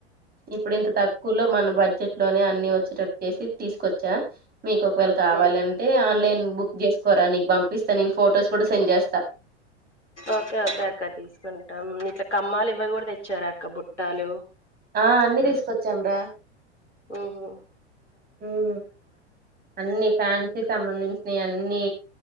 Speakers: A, on the right; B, on the left.
A: ఇప్పుడు ఇంత తక్కువలో మనం బడ్జెట్ లోనే అన్ని వచ్చేటటు చేసి తీసుకొచ్చ ఛా మీకు ఒక వెల్క కావాలంటే
B: ఉమ్
A: నేన్ బుక్ చేసుకోరా నీకు పంపిస్తాను నేను ఫోటోస్ కూడా సెండ్ చేస్తా
B: ఓకే ఓకే అక్క తీసుకుంటాం ఇట్లా కమ్మాలు ఇవ్వ కూడా తెచ్చారా అక్క బుట్టాలు
A: ఆ అన్ని తీసుకొచ్చాం రా
B: ఉహూ
A: ఉమ్ అన్ని ఫ్యాన్సీ సంబంధించి నీ అన్నీ